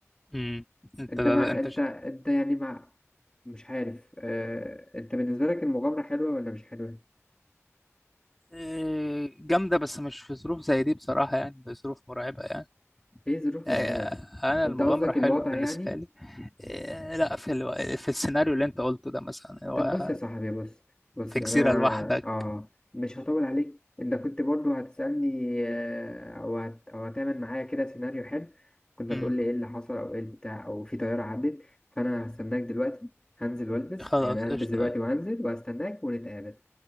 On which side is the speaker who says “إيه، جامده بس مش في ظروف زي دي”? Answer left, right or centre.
Centre